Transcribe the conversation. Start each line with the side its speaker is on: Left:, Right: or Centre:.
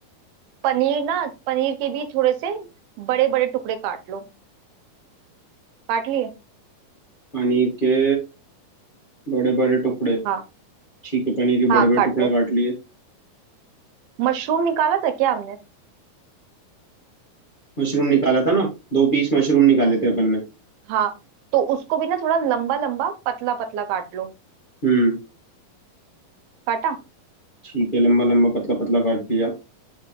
Right: पनीर ना पनीर के भी थोड़े से बड़े बड़े टुकड़े काट लो काट लिए
Left: पनीर के बड़े बड़े टुकड़े
Right: हाँ
Left: ठीक है पनीर के
Right: हाँ
Left: बड़े बड़े
Right: काट
Left: टुकड़े
Right: लो
Left: काट लिए
Right: मशरूम निकाला था क्या हमने
Left: मशरूम निकाला था ना दो पीस मशरूम निकाले थे अपन ने
Right: हाँ तो उसको भी ना थोड़ा लंबा लंबा पतला पतला काट लो
Left: हम्म
Right: काटा
Left: ठीक है लंबा लंबा पतला पतला काट लिया